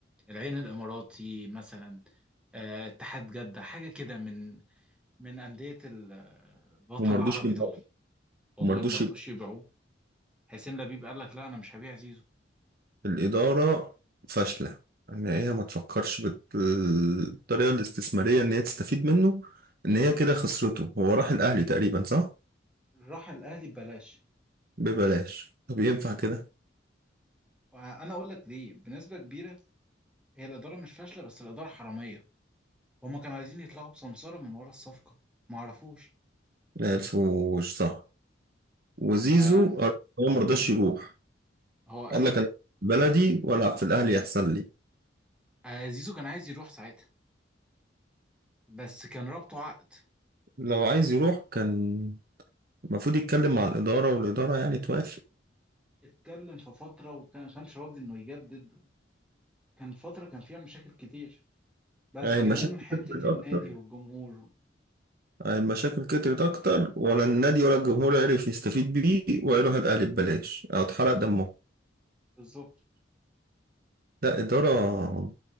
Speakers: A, in the centre; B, on the right.
A: العين الإماراتي مثلا آه اتحاد جدة حاجة كده من من أندية ال- الوطن
B: وما
A: العربي
B: رضوش يبيعوه
A: دول والله
B: وما رضوش
A: ما رضوش يبيعوه حسين لبيب قال لك لا أنا مش هبيع زيزو
B: الإدارة فاشلة إن هي ما تفكرش بالطريقة الاستثمارية إن هي تستفيد منه إن هي كده خسرته هو راح الأهلي تقريبا صح؟
A: راح الأهلي ببلاش
B: ببلاش طب ينفع كده؟
A: وأنا أقول لك ليه بنسبة كبيرة هي الإدارة مش فاشلة بس الإدارة حرامية هما كانوا عايزين يطلعوا بسمسرة من ورا الصفقة ما عرفوش
B: ما عرفوش صح وزيزو
A: فهو
B: هو مرضاش يروح
A: قال
B: قال
A: لك
B: لك أنا في بلدي وألعب في الأهلي أحسن لي
A: آه، زيزو كان عايز يروح ساعتها بس كان رابطه عقد
B: لو عايز يروح كان المفروض يتكلم مع الإدارة والإدارة يعني توافق
A: اتكلم في فترة وكان ما كانش راضي إنه يجدد كان فترة كان فيها مشاكل كتير بس
B: يعني
A: جابوه
B: المشاكل
A: من حتة
B: كترت أكتر
A: النادي والجمهور
B: المشاكل كترت أكتر ولا النادي ولا الجمهور عرف يستفيد بيه ويروح الأهلي ببلاش أو اتحرق دمه
A: بالظبط
B: ده إدارة